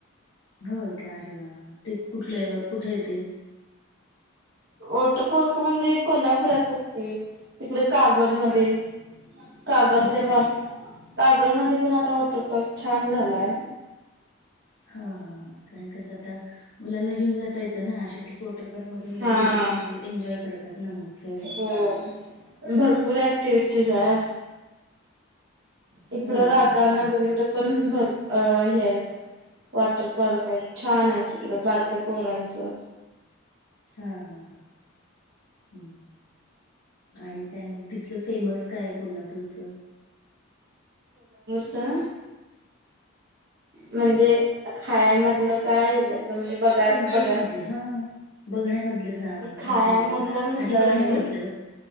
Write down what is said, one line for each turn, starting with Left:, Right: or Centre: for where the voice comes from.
Left: होय का अ रे वावा ते कुठल्या कुठे येत
Right: वॉटरपार्क म्हणजे कोल्हापुरातच की तिकडे कागल मध्ये कागलच्या
Left: अच्छा
Right: पास कागल पण आता वॉटर पार्क छान झालाय
Left: हा हा कारण कसं आता मुलांना घेऊन जाता येतं ना अशा ठिकाणी वॉटर पार्कमध्ये वगैरेले
Right: हा
Left: की मग एन्जॉय करतात ना मग सगळे.
Right: हो भरपूर ऍक्टिव्हटीज आहे इकडं
Left: होय
Right: राधानगरीकडे
Left: का हा
Right: पण आहेत वॉटर पार्क आहे छान आहे तिकडं बारक्या पोरांचं
Left: हा हा हा् आणि काय मग तिथलं फेमस काय कोल्हापूरच
Right: काय म्हणजे खायमधलं काय हच्यातलं म्हणजे बघा
Left: सगळं
Right: बघाय
Left: मधले हा बघण्यामधलं सांग खाण्यामधलं
Right: खाया मधलं मिसळ
Left: आधी बघण्यामधल
Right: आहे.